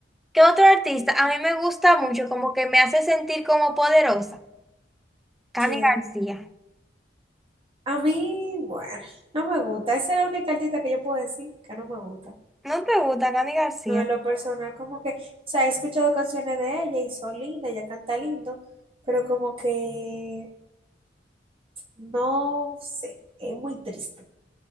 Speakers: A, in the centre; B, on the right.
A: ¿qué otro artista? A mí me gusta mucho, como que me hace sentir como poderosa. Cani
B: ¿quién?
A: García.
B: A mí, bueno, no me gusta. Esa es la única artista que yo puedo decir que no me gusta.
A: ¿No te gusta Cani García?
B: No, en lo personal, como que, o sea, he escuchado canciones de ella y son lindas, ella canta lindo, pero como que, no sé, es muy triste